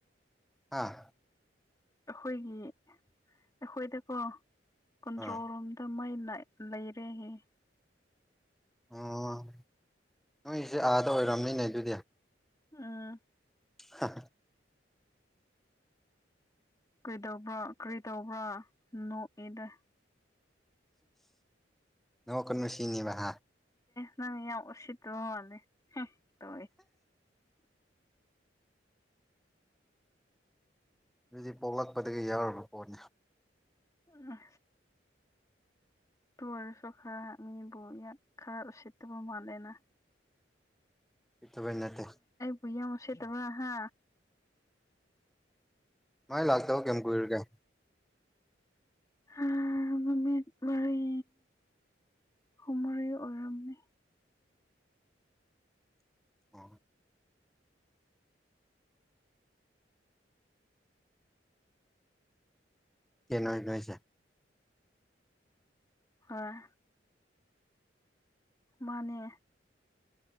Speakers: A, in the centre; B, on the left.
A: ꯍꯥꯥ
B: ꯑꯩꯈꯣꯏꯒꯤ ꯑꯩꯈꯣꯏꯗꯀꯣ ꯀꯟꯇ꯭ꯔꯣꯜ
A: ꯑꯥ
B: ꯔꯨꯝꯗ ꯃꯥꯏ ꯂꯩꯔꯦ ꯍꯦ
A: ꯑꯣ ꯅꯣꯏꯁꯦ ꯑꯥꯗ ꯑꯣꯏꯔꯝꯅꯤꯅꯦ ꯑꯗꯨꯗꯤ
B: ꯑꯥ
A: ꯍ
B: ꯀꯩꯗꯧꯕ꯭ꯔꯥ ꯀꯔꯤ ꯇꯧꯕ꯭ꯔꯥ ꯅꯣꯛꯏꯗ
A: ꯅꯣ ꯀꯃꯁꯤꯅꯤꯕ ꯍꯥ
B: ꯅ ꯑꯣꯁꯤ ꯇ ꯃꯥꯅꯦ ꯇ
A: ꯑꯗꯨꯗꯤ ꯄꯣꯛꯂꯛꯄꯗꯒꯤ ꯌꯥꯎꯨꯔꯕ ꯄꯣꯠꯅꯤ
B: ꯑ ꯇꯨꯡꯁꯨ ꯈꯔꯕꯨ ꯏ ꯈꯔꯔ ꯎ ꯎꯆ ꯇꯕꯨ ꯃꯅꯦꯅ
A: ꯁꯤꯇꯕ ꯅꯠꯇꯦ
B: ꯍꯌꯥ ꯃꯁꯦꯠꯇꯕ ꯍꯥ
A: ꯃꯥꯥꯏ ꯂꯥꯛꯇꯥ ꯍ ꯀꯝ ꯀꯣꯏꯔ ꯀ
B: ꯑ ꯃꯃꯤ ꯋꯥꯔꯤ ꯍꯨꯃꯔꯤ ꯑꯣꯏꯔꯝꯅꯦ
A: ꯑ ꯀꯩꯅꯣꯁꯦ
B: ꯍꯣꯏ ꯃꯥꯅꯦ